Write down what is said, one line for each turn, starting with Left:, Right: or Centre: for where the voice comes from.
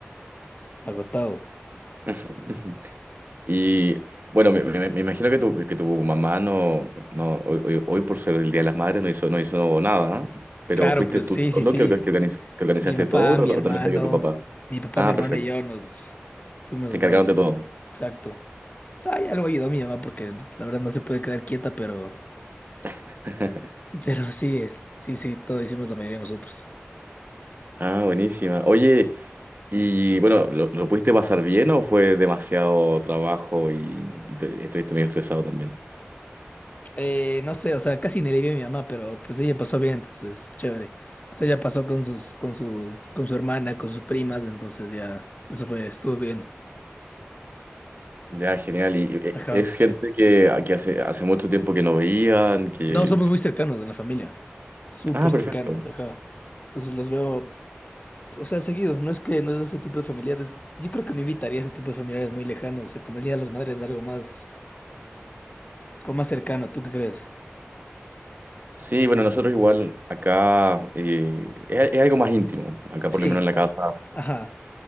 Left: agotado.
Right: <laughs> Y bueno, me, me- me imagino que tu, que tu mamá no, no hoy, hoy- hoy por ser el Día de las Madres no hizo, no hizo nada, ¿eh? pero
Left: Claro,
Right: fuiste
Left: pues
Right: tú
Left: sí, sí,
Right: solo
Left: sí.
Right: que, orga- que, organiz- que organizaste
Left: Mi papá,
Right: todo o,
Left: mi hermano,
Right: o también te ayudó tu papá.
Left: mi papá,
Right: Ah,
Left: mi hermano
Right: perfecto.
Left: y yo nos fuimos
Right: Se encargaron
Left: más
Right: de todo.
Left: exacto. O sea, ya lo ayudó mi mamá porque la verdad no se puede quedar quieta, pero,
Right: <laughs>
Left: pero sí, sí, sí, todo hicimos la mayoría de nosotros.
Right: Ah, buenísima. Oye, y bueno, ¿lo, lo pudiste pasar bien o fue demasiado trabajo y, y te- estuviste medio estresado también?
Left: Eh, no sé, o sea, casi ni le vi a mi mamá, pero pues ella pasó bien, entonces, chévere. O sea, ella pasó con sus, con sus, con su hermana, con sus primas, entonces ya, eso fue, estuvo bien.
Right: Ya, genial. Y, y, e-
Left: Ajá.
Right: es gente que, que hace, hace mucho tiempo que no veían, que...
Left: No, somos
Right: que-
Left: muy cercanos en la familia. Súper
Right: Ah,
Left: cercanas,
Right: perfecto.
Left: ajá. Entonces los veo, o sea, seguido. No es que no es ese tipo de familiares. Yo creo que no invitaría a ese tipo de familiares muy lejanos. O sea, como el Día de las Madres es algo más, como más cercano, ¿tú qué crees?
Right: Sí, bueno, nosotros igual acá eh, es, es algo más íntimo, acá
Left: Sí,
Right: por lo menos en la casa.
Left: ajá.